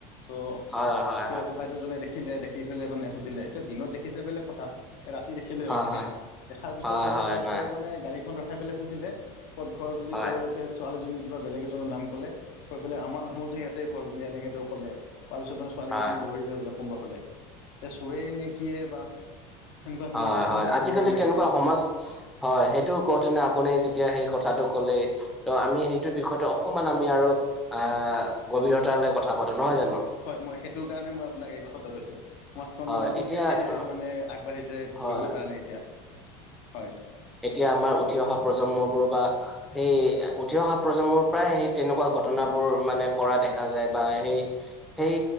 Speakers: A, on the left; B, in the centre.
A: ত'
B: হয় হয়
A: তেওঁ
B: হয়
A: ককাইদেউ জনে দেখিলে দেখি পেলাই মানে সুধিলে এতিয়া দিনত দেখিছে বেলেগ কথা ৰাতি দেখিলে
B: হয়
A: মানে
B: হয়
A: দেখাৰ পিছত
B: হয়
A: মানে
B: হয় নাই
A: তেওঁ মানে গাড়ীখন ৰখাই পেলাই সুধিলে ক'ত ঘৰ বুলি
B: হয়
A: তেওঁলোক ছোৱালীজনী কিবা বেলেগ এজনৰ নাম ক'লে কৈ পেলে আমাৰ মোৰো ইয়াতেই ঘৰ বুলি এনেকে তেওঁ ক'লে। কোৱাৰ পিছত মানে ছোৱালী
B: হয়
A: কেইজনী দৌৰিলে বোলে কোনোবা ফালে এতিয়া চুৰেই নে কিয়ে বা। সেনেকুৱা ধৰণৰ
B: হয়-হয়
A: সেইটোহে ধৰিব
B: আজিকালি
A: পৰা নাই
B: তেনেকুৱা
A: এতিয়া
B: সমাজ হয় সেইটো কওঁতেনে আপুনি যেতিয়া সেই কথাটো ক'লে ত' আমি সেইটো বিষয়টো অকমান আমি আৰু অ' গভীৰতালৈ কথা পাতোঁ নহয় জানো।
A: হয় মই সেইটোৰ কাৰণে মই আপোনাক এই কথাটা কৈছোঁ। সমাজখন
B: হয়
A: মানে কোন
B: এতিয়া
A: দেশে
B: ধৰক
A: মানে আগবাঢ়িছে সেইটো
B: হয়
A: ধৰিবই পাৰে নাই এতিয়া হয়।
B: এতিয়া আমাৰ উঠি অহা প্ৰজন্মবোৰ বা সেই উঠি অহা প্ৰজন্মৰ পৰাই সেই তেনেকুৱা ঘটনাবোৰ মানে কৰা দেখা যায় বা সেই সেই